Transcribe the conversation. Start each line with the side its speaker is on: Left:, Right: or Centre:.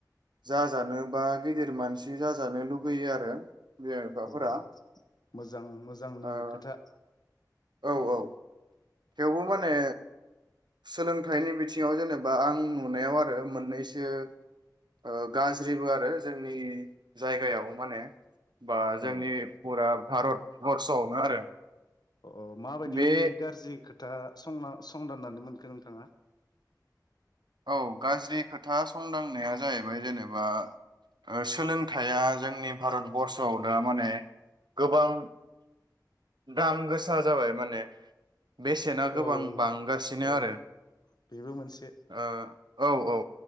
Right: जाजानो बा गिदिर मानसि जाजानो लुुगैयो आरो बिमा बिफाफोरा
Left: औ मोजां मोजांनि
Right: ओ
Left: खोथा
Right: औ औ थेवबो माने सोलोंथाइनि बिथिङाव जेनेबा आं नुनायाव आरो मोननैसो ओ गाज्रिबो आरो जोंनि जायगायाव माने बा
Left: औ
Right: जोंनि पुराब भारत बर्षआवनो आरो
Left: अ माबायदि
Right: बे
Left: गाज्रि खो था संना संदाननानै मोनखो नोंथाङा?
Right: औ गाज्रि खोथा संदांनाया जाहैबाय जेनेबा ओ सोलोंथाइया जोंनि भारतबर्सआव दा माने गोबां दाम गोसा जाबाय माने बेसेना गोबां
Left: औ
Right: बांगासिनो
Left: औ
Right: आरो
Left: बेबो मोनसे
Right: ओ औ औ